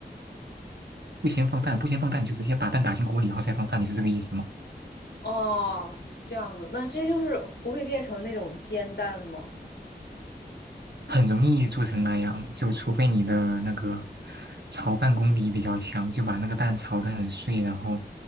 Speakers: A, on the right; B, on the left.
A: 不先放饭，不先放蛋，你就直接把蛋打进锅里，然后再放饭，你是这个意思吗？
B: 哦，这样子，那这就是不会变成那种煎蛋吗？
A: 很容易做成那样，就除非你的那个炒饭功底比较强，就把那个蛋炒得很碎，然后